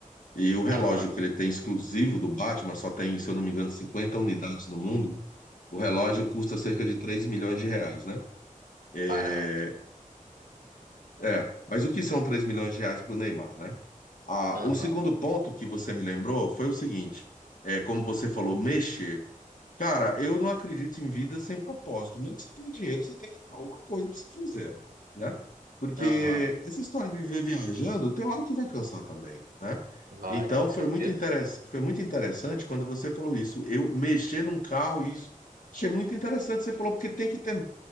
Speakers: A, on the left; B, on the right.
A: E o relógio
B: Aham.
A: que ele tem exclusivo do Batman, só tem, se eu não me engano, 50 unidades no mundo. O relógio custa cerca de 3 milhões de reais, né? É,
B: Barato.
A: é. Mas o que são 3 milhões de reais para o Neymar, né? Ah,
B: Aham.
A: o segundo ponto que você me lembrou foi o seguinte: é, como você falou, mexer. Cara, eu não acredito em vida sem propósito. Mesmo que você tenha dinheiro, você tem que ter alguma coisa para você fazer, né? Porque
B: Aham.
A: essa história de viver viajando, tem hora que vai cansar também, né?
B: Vai,
A: Então,
B: com certeza.
A: foi muito interess... foi muito interessante quando você falou isso. Eu mexer num carro, isso. Achei muito interessante. Você falou, porque tem que ter,